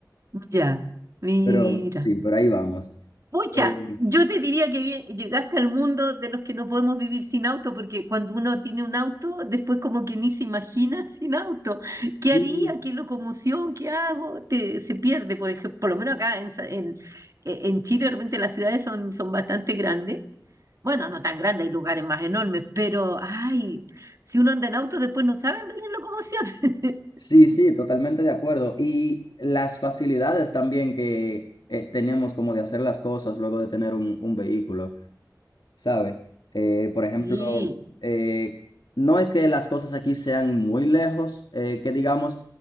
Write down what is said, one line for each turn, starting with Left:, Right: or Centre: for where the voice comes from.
Right: Ya, mira.
Left: pero sí, por ahí vamos.
Right: Pucha,
Left: Eh,
Right: yo te diría que bien- llegaste al mundo de los que no podemos vivir sin auto, porque cuando uno tiene un auto, después como que ni se imagina <laughs> sin auto. ¿Qué
Left: sí,
Right: haría? ¿Qué locomoción? ¿Qué hago? Te- se pierde, por ejemplo, por lo menos acá en, Sa- en, e-, en Chile, de repente las ciudades son, son bastante grandes. Bueno, no tan grandes, hay lugares más enormes, pero ay, si uno anda en auto, después no sabe andar en locomoción.
Left: sí, sí, totalmente de acuerdo. Y las facilidades también que eh, tenemos como de hacer las cosas luego de tener un, un vehículo. ¿sabes? Eh, por ejemplo,
Right: <laughs>
Left: eh, no es que las cosas aquí sean muy lejos, eh, que digamos,